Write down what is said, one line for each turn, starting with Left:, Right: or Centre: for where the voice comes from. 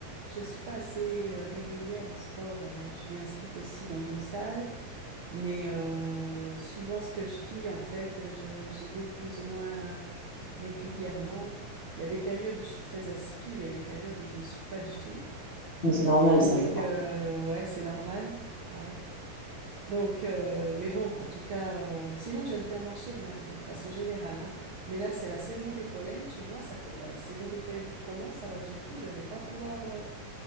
Right: Je suis pas assez euh, régulière en sport. euh, Je suis inscrite aussi dans une salle. Mais euh, suivant ce que je vis, en fait, je, j'y vais plus ou moins régulièrement. Il y a des périodes où je suis très assidue, il y a des périodes où je le suis pas du tout.
Left: Mais c'est normal,
Right: Donc,
Left: ça, je crois.
Right: euh, ouais, c'est normal. Ouais. Donc, euh, mais bon, en tout cas, euh, sinon j'aime bien marcher de, ma- de façon générale, hein. Mais là, c'est la saison des pollens, tu vois, ça, co- la saison des pollens qui commence. Alors du coup, je vais pas pouvoir euh,